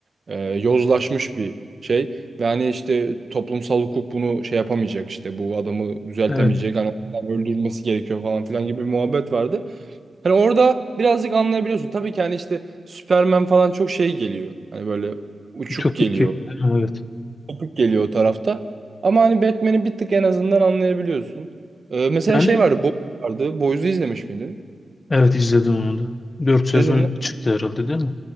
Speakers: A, on the right (about 55°); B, on the left (about 40°).
A: E, yozlaşmış bir şey ve hani işte toplumsal hukuk bunu şey yapamayacak işte bu adamı düzeltemeyecek
B: Evet.
A: hani ondan öldürülmesi gerekiyor falan filan gibi bir muhabbet vardı. Hani orada birazcık anlayabiliyorsun. Tabii ki hani işte Superman falan çok şey geliyor. Hani böyle uçuk
B: Ütopik.
A: geliyor
B: yani, Evet.
A: kopuk geliyor o tarafta. Ama hani Batman'i bir tık en azından anlayabiliyorsun. Ee, mesela
B: Yani
A: şey vardı, Boys vardı. Boys'u izlemiş miydin?
B: evet izledim onu da. 4 sezon
A: Dedin mi?
B: çıktı herhalde değil mi?